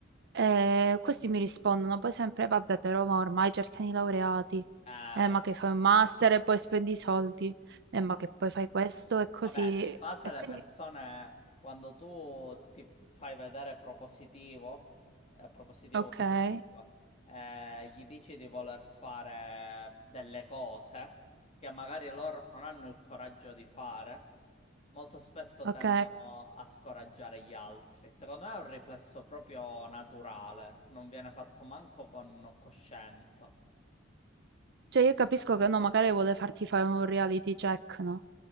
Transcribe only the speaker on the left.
Eh,
vabbè.
Vabbè, di base
le
persone, quando tu ti fai vedere propositivo, eh, propositivo,
propositiva,
eh, gli dici di voler fare delle cose che magari loro non hanno il coraggio di fare, molto spesso
tendono a scoraggiare gli altri. Secondo me è un riflesso proprio naturale, non viene fatto manco con coscienza.